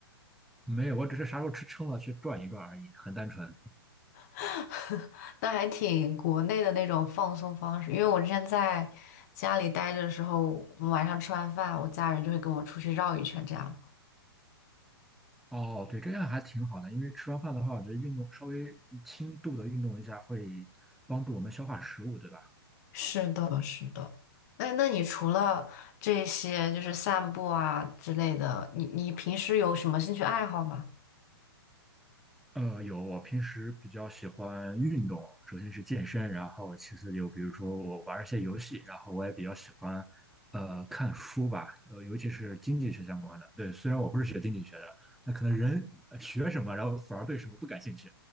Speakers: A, in the centre; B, on the left.
A: 没有，我只是啥时候吃撑了去转一转而已，很单纯。
B: <laughs> 那还挺国内的那种放松方式。因为我之前在家里待着的时候，我们晚上吃完饭，我家人就会跟我出去绕一圈这样。
A: 哦，对，这样还挺好的，因为吃完饭的话，我觉得运动稍微轻度的运动一下会帮助我们消化食物，对吧？
B: 是的，是的。那那你除了这些就是散步啊之类的，你你平时有什么兴趣爱好吗？
A: 呃，有，我平时比较喜欢运动，首先是健身，然后其次就比如说我玩一些游戏，然后我也比较喜欢呃看书吧，呃，尤其是经济学相关的。对，虽然我不是学经济学的，那可能人呃学什么，然后反而对什么不感兴趣。